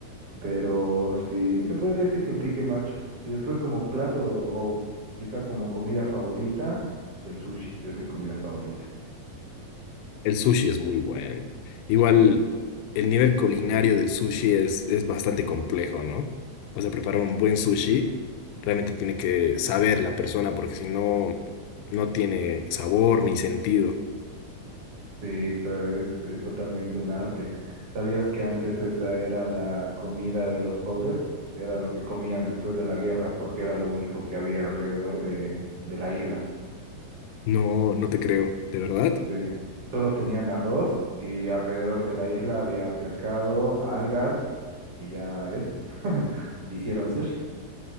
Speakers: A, on the right; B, on the left.
A: Pero sí, se podría decir que el pique macho. Y después como plato o quizá como comida favorita, el sushi es mi comida favorita.
B: El sushi es muy bueno. Igual
A: Sí,
B: el nivel culinario del sushi es, es bastante complejo, ¿no? O sea, preparar un buen sushi realmente tiene que saber la persona porque si no, no tiene sabor ni sentido.
A: Sí, claro, es, es totalmente un arte. ¿Sabías que antes esa era la comida de los pobres? Era lo que comían después de la guerra porque era lo único que había alrededor de, de la isla.
B: No, no te creo, ¿de verdad?
A: Sí, solo tenían arroz y alrededor de la isla había pescado, algas y ya eso. <laughs> Hicieron sushi.